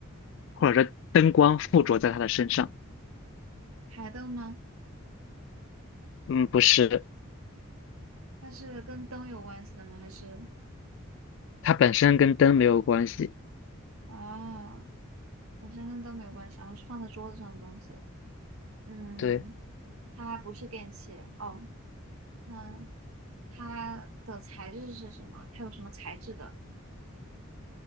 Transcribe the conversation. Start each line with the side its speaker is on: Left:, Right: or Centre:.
Left: 或者说灯光附着在他的身上。
Right: 台灯吗？
Left: 嗯，不是，
Right: 它是跟灯有关系的吗？还是
Left: 它本身跟灯没有关系。
Right: 啊，本身跟灯没有关系，然后是放在桌子上的东西。嗯，
Left: 对，
Right: 它不是电器哦。那它的材质是什么？它有什么材质的？